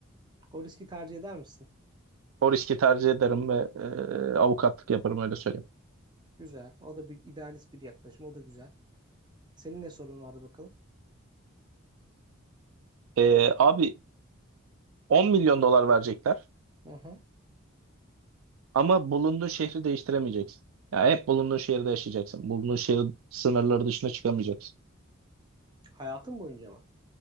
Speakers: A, on the right; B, on the right.
A: O riski tercih eder misin?
B: O riski tercih ederim ve e, avukatlık yaparım öyle söyleyeyim.
A: Güzel. O da bir idealist bir yaklaşım. O da güzel. Senin ne sorun vardı bakalım?
B: E, abi 10 milyon dolar verecekler
A: Hı hı.
B: ama bulunduğun şehri değiştiremeyeceksin. Ya hep bulunduğun şehirde yaşayacaksın. Bulunduğun şehir sınırları dışına çıkamayacaksın.
A: Hayatın boyunca mı?